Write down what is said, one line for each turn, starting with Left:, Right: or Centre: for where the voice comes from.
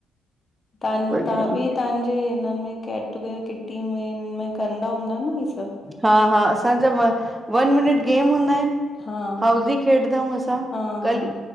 Left: तां
Right: बढ़िया
Left: तव्हां बि तव्हांजे हिनन में गेट टू गेदर किटी में कंदा हूंदा न। ही सभु?
Right: हा हा असांजा व वन मिनट गेम हूंदा आहिनि
Left: हा
Right: हाउजी खेॾंदाऊं असां
Left: हाँ,
Right: कल